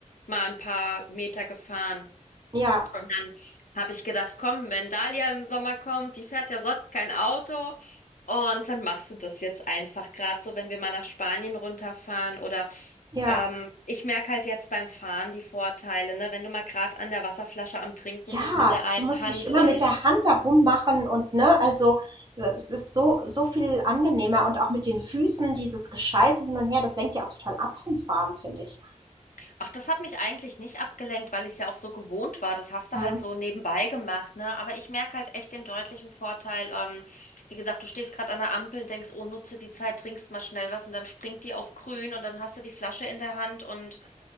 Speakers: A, on the left; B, on the right.
A: mal ein paar Meter gefahren.
B: Ja,
A: Und dann habe ich gedacht, komm, wenn Dalia im Sommer kommt, die fährt ja sonst kein Auto. Und dann machst du das jetzt einfach gerade so, wenn wir mal nach Spanien runterfahren oder
B: ja.
A: ähm, ich merke halt jetzt beim Fahren die Vorteile, ne? Wenn du mal gerade an der Wasserflasche am Trinken
B: Ja,
A: bist mit der einen
B: du musst
A: Hand
B: nicht immer
A: und
B: mit der Hand da rummachen und ne, also es ist so so viel angenehmer und auch mit den Füßen dieses Geschalte hin und her, das lenkt ja auch total ab vom Fahren, finde ich.
A: Ach, das hat mich eigentlich nicht abgelenkt, weil ich es ja auch so gewohnt war. Das hast
B: Mhm.
A: du halt so nebenbei gemacht, ne? Aber ich merke halt echt den deutlichen Vorteil. Ähm, wie gesagt, du stehst gerade an der Ampel und denkst, oh, nutze die Zeit, trinkst mal schnell was und dann springt die auf grün und dann hast du die Flasche in der Hand und